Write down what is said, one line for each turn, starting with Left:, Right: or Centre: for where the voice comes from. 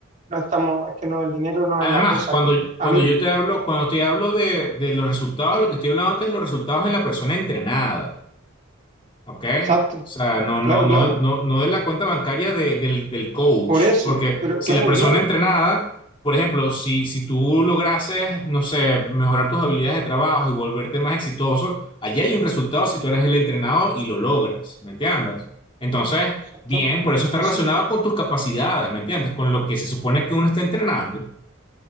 Right: no estamos, es que no, el dinero no
Left: además
Right: es la cosa
Left: cuando,
Right: aquí, amigo.
Left: cuando yo te hablo, cuando te hablo de, de los resultados, lo que estoy hablando es de los resultados en la persona entrenada. ¿ok?
Right: Exacto.
Left: O sea, no, no,
Right: Claro,
Left: no,
Right: claro,
Left: no, no de la cuenta bancaria de- del, del coach,
Right: por eso,
Left: porque
Right: pero
Left: si
Right: claro,
Left: la persona
Right: claro,
Left: entrenada, por ejemplo, si, si tú lograses, no sé, mejorar tus habilidades de trabajo y volverte más exitoso, allí hay un resultado si tú eres el entrenado y lo logras, ¿me entiendes? Entonces,
Right: exacto,
Left: bien, por eso está
Right: ahí
Left: relacionado
Right: sí,
Left: con tus capacidades, ¿me entiendes? Con lo que se supone que uno está entrenando.